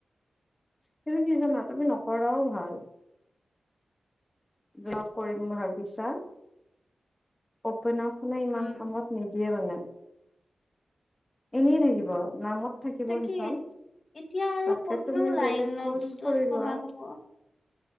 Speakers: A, on the left; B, on the left.
A: তুমি কি জানা তুমি নকৰাও ভাল। ব্লগ কৰিম ভাবিছা‌ অপেনত মানে ইমান
B: উম,
A: কামত নিদিয়ে মানে। এনেই থাকিব নামত থাকিব
B: তাকে
A: সেইখন
B: এতিয়া আৰু
A: তাকে
B: ক'তনো
A: তুমি
B: লাইনতত
A: বেলেগ কৰ্চ কৰি
B: পঢ়া
A: লোৱা।
B: হ'ব।